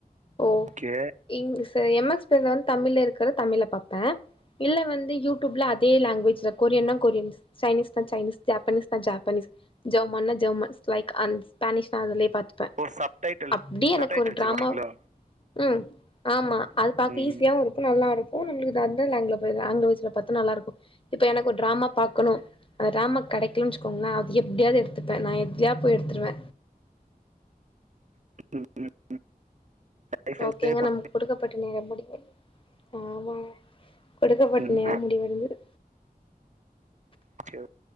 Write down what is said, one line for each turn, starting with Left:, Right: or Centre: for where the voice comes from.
Left: ஓ
Right: கே
Left: இங்லீஸு எம் எக்ஸ் பிளேயர்ல வந்து தமிழ்ல இருக்கத தமிழ்ல பாப்பே இல்ல வந்து யூ டியூப்ல அதே லாங்குவேஜ்ல கொரியன்னா கொரியன்ஸ் சைனிஸ்னா சைனிஸ் ஜாப்பனிஸ்னா ஜாப்பனிஸ் ஜெர்மன்னா ஜெர்மன்ஸ் லைக் அன்ஸ் பேனிஸ்னா அதுலயே பாத்துப்பே
Right: ஓ சப்டைட்டில்
Left: அப்டியே
Right: சப்டைட்டில்
Left: எனக்கு ஒரு
Right: வச்சு
Left: ட்ராமா
Right: பாப்பீங்களோ
Left: ம் ஆமா அது பாக்க
Right: ம்
Left: ஈஸியாவு இருக்கு நல்லாரு ஓன் விலுகுதுள்ள அதர் லாங்ல போய்தா லாங்வேஜ்ல பாத்தா நல்லாருக்கு இப்ப எனக்கு ஒரு டிராமா பாக்கணு அந்த டிராமா கெடைக்கலன் வச்சுக்கோங்ளே அது எப்டியாவது எடுத்துப்பே நா எப்டியா போய் எடுத்துருவே
Right: <inaudible> லைஃப்
Left: ஓகேங்க
Right: என்ஜாய் பண்ண
Left: நமக்கு குடுக்கப்பட்ட நேரம் முடிந்தது ஆமா கொடுக்கப்பட்ட
Right: ம்
Left: நேரம் முடிவடைந்தது
Right: <inaudible>